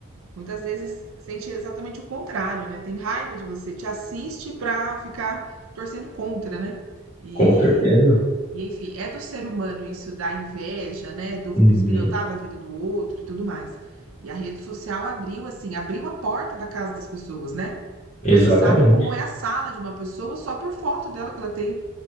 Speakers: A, on the right; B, on the left.
A: Muitas vezes sente exatamente o contrário, né? Tem raiva de você, te assiste pra ficar torcendo contra, né? E,
B: com certeza.
A: e enfim, é do ser humano isso da inveja, né? Do
B: Uhum,
A: bisbilhotar da vida do outro e tudo mais. E a rede social abriu assim, abriu a porta da casa das pessoas, né?
B: exatamente.
A: Você sabe como é a sala de uma pessoa só por foto dela que ela tem